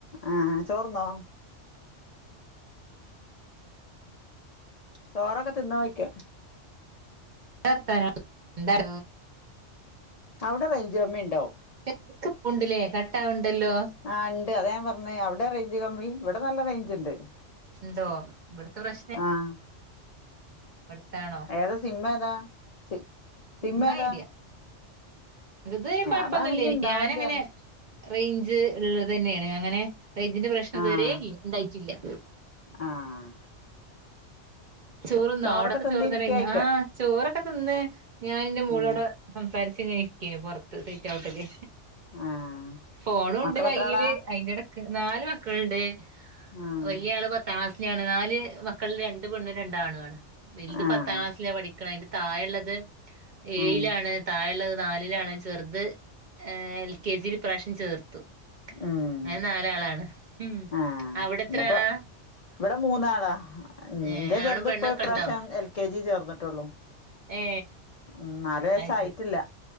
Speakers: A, on the left; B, on the right.
A: ആഹ് ചോറ്ന്നോ ചോറൊക്കെ തിന്നോ ഓയിക്ക്യാ
B: ന്ത വർത്താനം എന്തർ
A: അവിടെ റെയ്ഞ്ച് കമ്മി ഇണ്ടോ
B: ശരിക്ക് പോണ്ട്ല്ലേ കട്ടാവണ്ട്ല്ലോ
A: ആഹ് ഇണ്ട് അത ഞാൻ പറഞ്ഞേ അവിടെ റെയ്ഞ്ച് കമ്മി ഇവിടെ നല്ല റെയ്ഞ്ച്ണ്ട്
B: ഇണ്ടോ ഇവിടത്തെ പ്രശ്നെ
A: ആഹ്
B: ഇവിടുത്തെയാണോ
A: ഏതാ സിമ്മേതാ സി സിമ്മേതാ
B: ഇമ്മ ഐഡിയ ഇത് വരെ കുഴപ്പൊന്നുല്ല്യേനി
A: അതാണെങ്കി ഇണ്ടാവേണ്ടിയാണ്
B: ഞാനങ്ങനെ റെയ്ഞ്ച് ഇള്ളതന്നേണ് അങ്ങനെ റെയ്ഞ്ചിന്റെ പ്രശ്നിതുവരേ
A: ആഹ്
B: ഇ ഇണ്ടായിട്ടില്ല്യ
A: ആഹ്
B: ചോറ്ന്നോ
A: ചോറൊക്കെ
B: അവിടൊക്കെ
A: തിന്നിരിക്കായിക്ക
B: ചോറ്ന്നലേഞ്ഞാ ആഹ് ചോറൊക്കെ തിന്ന് ഞാനെന്റെ മോളോടെ
A: ഉം
B: സംസാരിച്ച ഇങ്ങനെ ഇരിക്കന് പുറത്ത് സീറ്റ് ഔട്ടില്
A: ആഹ്
B: ഫോണുണ്ട്
A: മക്കളെത്ര
B: കയ്യില്
A: ആളാ
B: അയിന്റെടക്ക് നാല് മക്കളുണ്ട്
A: ആഹ്
B: വലിയ ആള് പത്താം ക്ലാസ്സിലാണ് നാല് മക്കൾ രണ്ട് പെണ്ണും രണ്ട് ആണുണ് വൽത്
A: ആഹ്
B: പത്താം ക്ലാസ്സില പഠിക്ക്‌ണെ അയിന്റെ താഴള്ളത് ഏഴിലാണ്
A: ഉം
B: തായെള്ളത് നാലിലാണ് ചെറുത് എൽ കെ ജിൽ ഈ പ്രാവശ്യം ചേർത്തു അങ്ങനെ
A: ഉം
B: നാലാളാണ് ഉ
A: ആഹ്
B: അവിടെ എത്ര
A: ഇന്നിപ്പോ
B: ആളാ?
A: ഇവിടെ മൂന്നാളാ ഇന്റെ
B: ഏ
A: ചെറുത്
B: ആണും പെണ്ണൊക്കെ
A: ഇപ്പൊ ഈ പ്രാവശ്യം
B: ഉണ്ടോ
A: എൽ കെ ജി ചേർന്നിട്ടുള്ളു
B: ഏ
A: ഉം നാലു വയസ്സ്
B: അത്
A: ആയിട്ടില്ല
B: ശരി